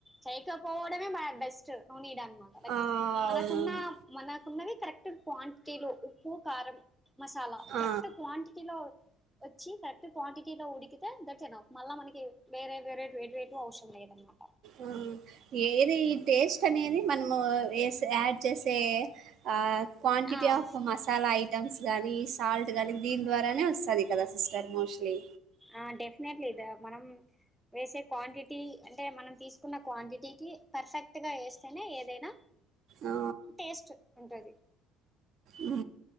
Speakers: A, in the centre; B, on the right.
A: చేయకపోవడమే బ బెస్ట్ నీడాన్ని
B: ఆ
A: మనకున్న
B: అవునవును
A: మనకున్నవి కరెక్ట్ క్వాంటిటీలో ఉప్పు కారం మసాలా
B: ఆ
A: కరెక్ట్ క్వాంటిటీలో వచ్చి కరెక్ట్ క్వాంటిటీలో ఉడికితే థట్స్ఎనఫ్ మళ్ళా మనకి వేరే వేరే వేడి వేడిగా అవసరం లేదన్నమాట
B: ఆ ఏది టేస్ట్ అనేది మనము ఏసీ యాడ్ చేసే ఆ క్వాంటిటీ
A: ఆ
B: ఆఫ్ మసాలా ఐ ఐటమ్స్ కానీ సాల్ట్ గానీ దీని ద్వారానే వస్తుంది కదా సిస్టర్ మోస్ట్లీ
A: ఆ డెఫినెట్లీ ఇద మనం వేసే క్వాంటిటీ అంటే మనం తీసుకున్న క్వాంటిటీకి పర్ఫెక్ట్ గా వేస్తేనే ఏదైనా
B: ఆ
A: టేస్ట్ ఉంటది
B: ఉ